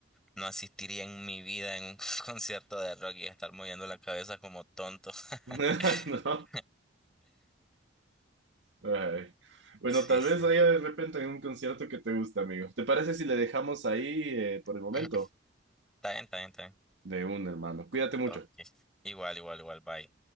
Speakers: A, in the centre; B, on the right.
A: no asistiría en mi vida en un <laughs> concierto de rock y estar moviendo la cabeza como tonto. <laughs>
B: <laughs> ¿No? Ay. Bueno,
A: Sí,
B: tal
A: sí.
B: vez haya de repente un concierto que te guste, amigo. ¿Te parece si le dejamos ahí eh,
A: <clears throat>
B: por el momento?
A: <laughs> Está bien, está bien, está bien.
B: De un hermano. Cuídate mucho.
A: Ok. Igual, igual, igual, bye.